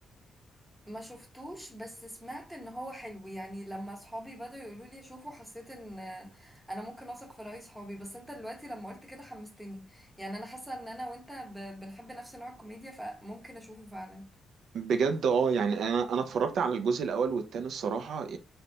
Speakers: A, in the centre; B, on the right.
A: ما شفتوش بس سمعت إن هو حلو يعني لما صحابي بدأوا يقولوا لي أشوفه حسيت إن أنا ممكن أثق في رأي صحابي بس أنت دلوقتي لما قلت كده حمستني يعني أنا حاسة إن أنا وأنت ب- بنحب نفس نوع الكوميديا فممكن أشوفه فعلا
B: بجد اه يعني انا انا اتفرجت على الجزء الاول والتاني الصراحه ال...